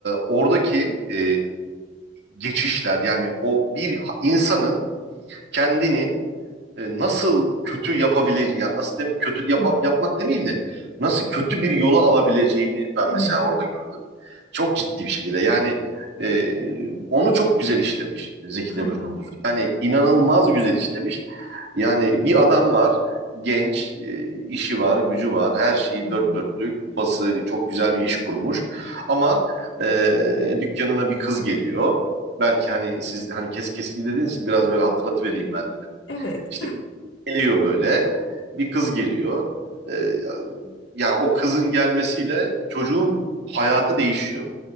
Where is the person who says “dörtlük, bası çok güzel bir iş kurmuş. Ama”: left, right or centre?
Right